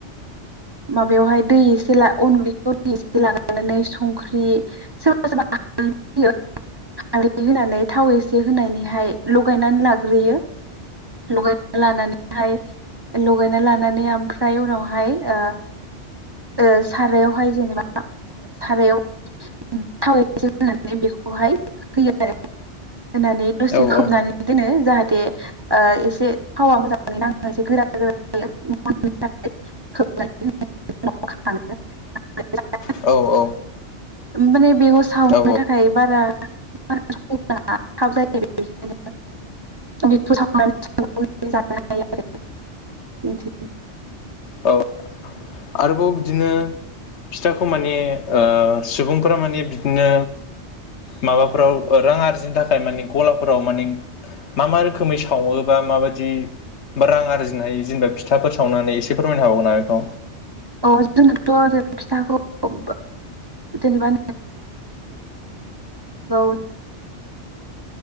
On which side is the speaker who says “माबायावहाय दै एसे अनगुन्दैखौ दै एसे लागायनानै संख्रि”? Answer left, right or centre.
Right